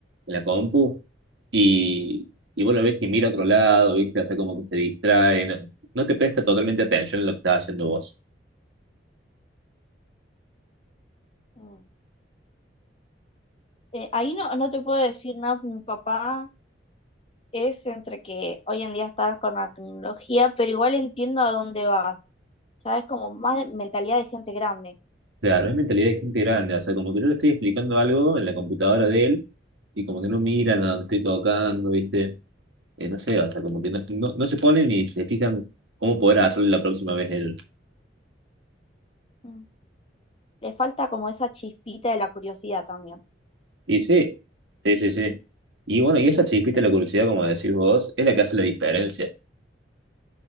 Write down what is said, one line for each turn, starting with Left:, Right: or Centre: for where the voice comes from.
Right: en la compu y, y vos lo ves que mira a otro lado, ¿viste? O sea, como que se distrae, no, no te presta totalmente atención en lo que estás haciendo vos.
Left: Mm. Eh, ahí no, no te puedo decir nada, porque mi papá es entre que hoy en día estás con la tecnología, pero igual entiendo a dónde vas. Ya es como más de- mentalidad de gente grande.
Right: Claro, es mentalidad de gente grande, o sea, como que yo le estoy explicando algo en la computadora de él y como que no miran a donde estoy tocando, ¿viste? eh, no sé, o sea, como que no, no, no se ponen ni se fijan cómo poder hacerlo la próxima vez él.
Left: Mm. Le falta como esa chispita de la curiosidad también.
Right: Y sí, sí, sí, sí. Y bueno, y esa chispita de la curiosidad, como decís vos, es la que hace la diferencia.